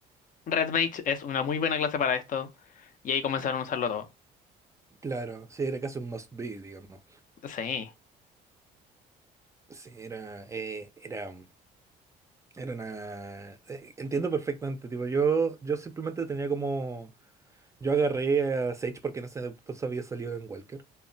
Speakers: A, on the left; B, on the right.
A: RedMage es una muy buena clase para esto, y ahí comenzaron a usarlo todo.
B: Claro, sí, era casi un must be, digamos.
A: Sí.
B: Sí, era, eh, era, era una... eh, entiendo perfectamente, tipo, yo, yo simplemente tenía como... Yo agarré a Sage porque en ese entonces había salido en Walker.